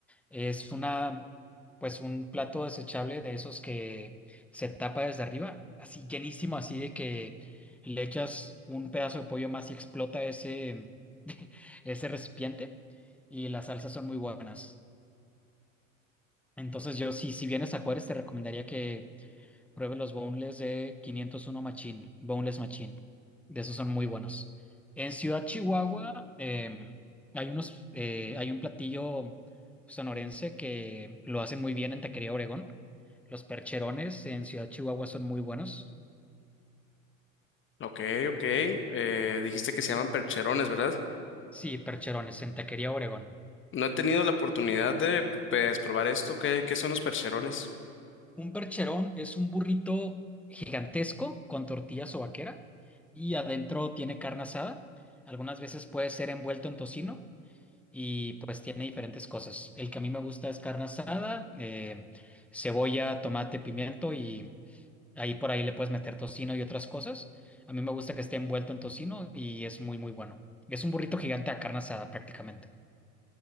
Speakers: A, in the centre; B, on the left.
A: Es una, pues un plato desechable de esos que se tapa desde arriba, así llenísimo, así de que le echas un pedazo de pollo más y explota ese, <laughs> ese recipiente. Y las salsas son muy buenas. Entonces yo, si, si vienes a Juárez, te recomendaría que Pruebe los boneless de 501 Machín, Boneless Machín. De esos son muy buenos. En Ciudad Chihuahua eh, hay unos, eh, hay un platillo sonorense que lo hacen muy bien en Taquería Obregón. Los percherones en Ciudad Chihuahua son muy buenos.
B: Ok, ok. Eh, dijiste que se llaman percherones, ¿verdad?
A: Sí, percherones en Taquería Obregón.
B: No he tenido la oportunidad de pues, probar esto. ¿Qué, qué son los percherones?
A: Un percherón es un burrito gigantesco con tortilla sobaquera y adentro tiene carne asada. Algunas veces puede ser envuelto en tocino. y pues tiene diferentes cosas. El que a mí me gusta es carne asada, eh, cebolla, tomate, pimiento y ahí por ahí le puedes meter tocino y otras cosas. A mí me gusta que esté envuelto en tocino y es muy, muy bueno. Es un burrito gigante a carne asada prácticamente.